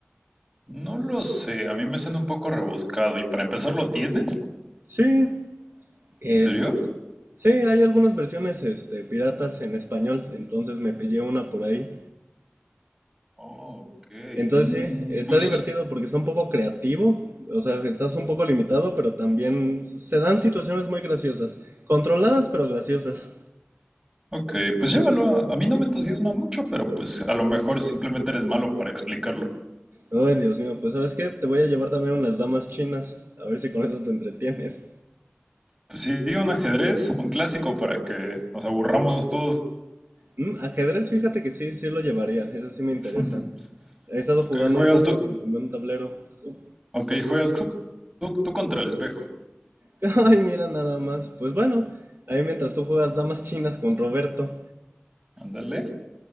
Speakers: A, on the right (about 20°); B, on the right (about 60°).
A: No lo sé, a mí me suena un poco rebuscado. ¿Y para empezar lo tienes?
B: Sí, es,
A: ¿En serio?
B: sí, hay algunas versiones este, piratas en español, entonces me pillé una por ahí.
A: Oh, ok.
B: Entonces
A: Mm,
B: sí, está
A: pues,
B: divertido porque es un poco creativo, o sea, estás un poco limitado, pero también se dan situaciones muy graciosas, controladas pero graciosas.
A: ok, pues llévalo. A a mí no me entusiasma mucho, pero pues a lo mejor simplemente eres malo para explicarlo.
B: Ay, Dios mío, pues ¿sabes qué? Te voy a llevar también unas damas chinas, a ver si con eso te entretienes.
A: Pues sí, un ajedrez, un clásico para que nos aburramos todos.
B: Mm, ajedrez, fíjate que sí, sí lo llevaría, eso sí me interesa.
A: <laughs>
B: He estado
A: Ok,
B: jugando
A: juegas
B: un poco,
A: tú.
B: me compré un tablero. Ju-
A: Ok, juegas tú, tú- tú contra el espejo.
B: <laughs> Ay, mira nada más. Pues bueno, ahí mientras tú juegas damas chinas con Roberto.
A: Ándale.